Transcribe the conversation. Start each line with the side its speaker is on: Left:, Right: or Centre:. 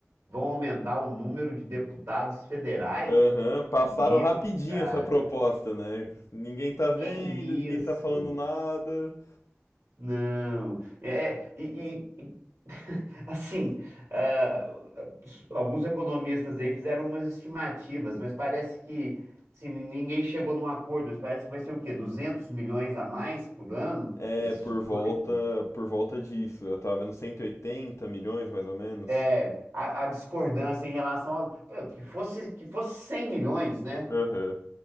Right: Vão aumentar o número de deputados federais?
Left: Aham.
Right: Que é
Left: Passaram
Right: isso,
Left: rapidinho
Right: cara?
Left: essa proposta, né? Ninguém tá vendo,
Right: Que
Left: ninguém
Right: isso?
Left: tá falando nada.
Right: Não. É, é, e, e- e, assim, ah, alguns economistas aí fizeram umas estimativas, mas parece que assim, ninguém chegou num acordo, mas parece que vai ser o quê? 200 milhões a mais por ano?
Left: É,
Right: Esses
Left: por
Right: 18?
Left: volta, por volta disso. Eu tava vendo 180 milhões, mais ou menos.
Right: É, a, a discordância em relação ao. Pô, Que fosse, que fosse 100 milhões, né?
Left: Aham.